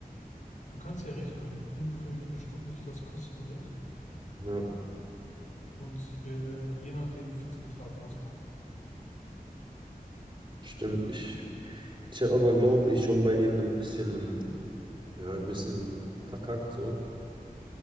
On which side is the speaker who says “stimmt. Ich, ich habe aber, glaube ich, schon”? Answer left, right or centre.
Right